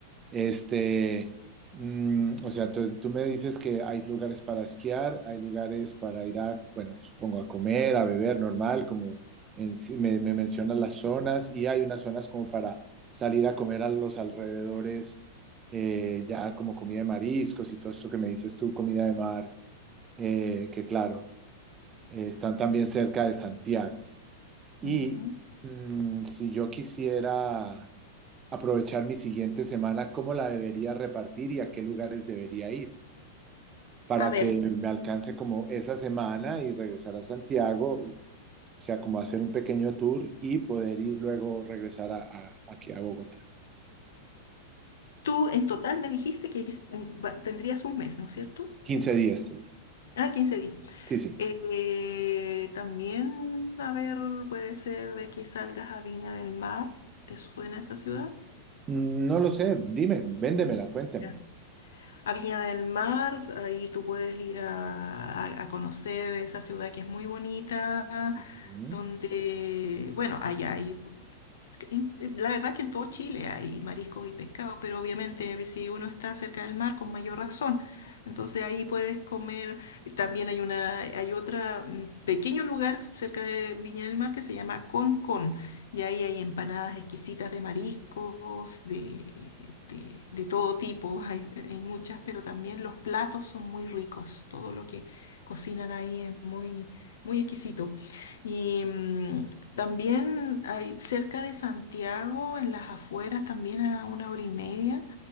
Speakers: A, on the right; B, on the left.
A: Este, mm, o sea, entonces tú me dices que hay lugares para esquiar, hay lugares para ir a, bueno, supongo a comer, a beber, normal, como en sí- me, me mencionas las zonas, y hay unas zonas como para salir a comer a los alrededores, eh, ya como comida de mariscos y todo esto que me dices tú, comida de mar, eh, que claro, eh, están también cerca de Santiago. Y
B: Ujú.
A: mm, si yo quisiera aprovechar mi siguiente semana, cómo la debería repartir y a qué lugares debería ir para
B: a ver,
A: que me alcance como esa semana y regresar a Santiago, y- o sea, como hacer un pequeño tour y poder ir luego regresar a, a- aquí a Bogotá.
B: tú en total me dijiste que es- mm, va- tendrías un mes, ¿no es cierto?
A: quince días. te digo.
B: Ah, 15 días.
A: Sí, sí.
B: Eh, también, a ver, puede ser de que salgas a Viña del Mar. ¿Te suena esa ciudad?
A: Mm, No lo sé, dime, véndemela, cuéntame.
B: Ya. A Viña del Mar, ahí tú puedes ir a, a- a conocer esa ciudad que es muy bonita,
A: Ujú.
B: donde, bueno, allá hay que en- eh, La verdad que en todo Chile hay mariscos y pescados, pero obviamente si uno está cerca del mar, con mayor razón. Entonces ahí puedes comer. eh, También hay una, hay otra mm, pequeño lugar cerca de Viña del Mar que se llama Con Con. Y ahí hay empanadas exquisitas de mariscos, de, de, de todo tipo. Hay, hay muchas, pero también los platos son muy ricos. Todo lo que cocinan ahí es muy, muy exquisito. Y, mm, también hay cerca de Santiago, en las afueras, también a una hora y media,